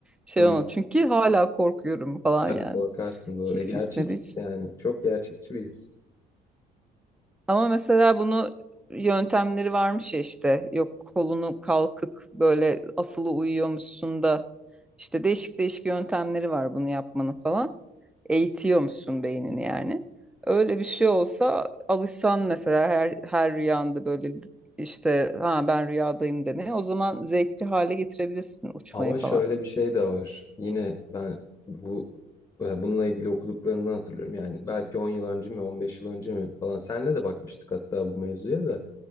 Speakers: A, in the centre; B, on the left.
A: şey
B: Hı,
A: olmadı. Çünkü hala korkuyorum falan
B: tabii
A: yani.
B: korkarsın doğru.
A: His
B: E, gerçek
A: gitmedi
B: his yani. Çok gerçekçi bir his.
A: Ama mesela bunu yöntemleri varmış ya işte yok kolunu kalkık böyle asılı uyuyormuşsun da işte değişik değişik yöntemleri var bunu yapmanın falan. Eğitiyormuşsun beynini yani. Öyle bir şey olsa alışsan mesela her, her rüyanda böyle işte ha ben rüyadayım demeye o zaman zevkli hale getirebilirsin uçmayı
B: Ama
A: falan.
B: şöyle bir şey de var. Yine ben bu e, bununla ilgili okuduklarımdan hatırlıyorum. Yani belki 10 yıl önce mi 15 yıl önce mi falan senle de bakmıştık hatta bu mevzuya da